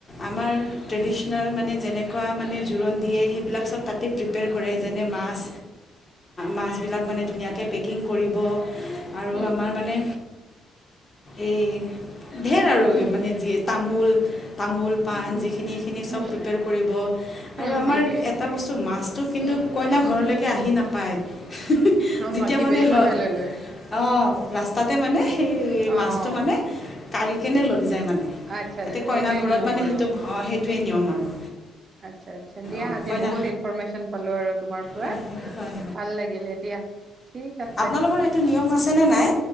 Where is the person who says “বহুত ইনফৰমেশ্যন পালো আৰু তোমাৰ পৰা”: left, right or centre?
Right